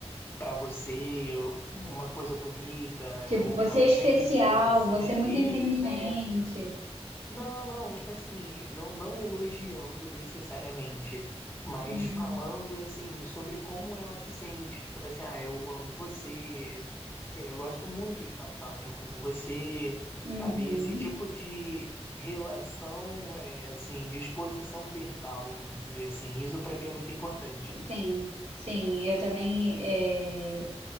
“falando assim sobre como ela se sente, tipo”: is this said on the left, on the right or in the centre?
Left